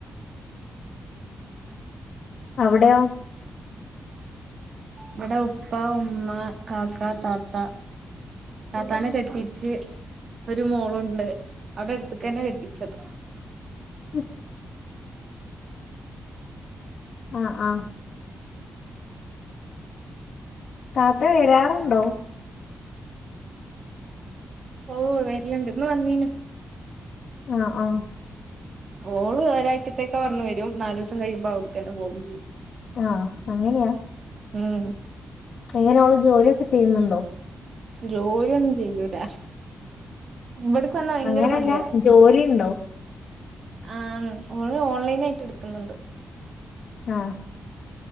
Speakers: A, on the left; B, on the right.
A: അവിടെയോ?
B: നമ്മടെ ഉപ്പ ഉമ്മ കാക്ക താത്ത. താതാനെ കെട്ടിച്ച്. ഒരു മോളുണ്ട് അവിടെ എടുത്ക്കന്നെ കെട്ടിച്ചത്.
A: ഹ്. ആഹ ആഹ. താത്ത വരാറുണ്ടോ?
B: ഓ വര്ല്ണ്ട് ഇന്ന് വന്നീനു.
A: ആഹ ആഹ.
B: ഓള് ഒരാഴ്ചത്തേക്ക പറഞ്ഞു വരും നാല് ഓസം കയുമ്പോ അവ്ട്ക്കന്നെ പോവു ചെയ്യും.
A: ആഹ അങ്ങിനെയാ?
B: ഉം.
A: എങ്ങനെഓള് ജോലിയൊക്കെ ചെയ്യുന്നുണ്ടോ?
B: ജോലി ഒന്നും ചെയ്യൂല. ഇവട്ക്കന്നാ ഭയങ്കര
A: അങ്ങനല്ല
B: മടിയാ.
A: ജോലിണ്ടോ
B: ആഹ ഓള് ഓൺലൈൻ ആയിട്ട് ഇട്ക്ന്നുണ്ട്.
A: ആഹ.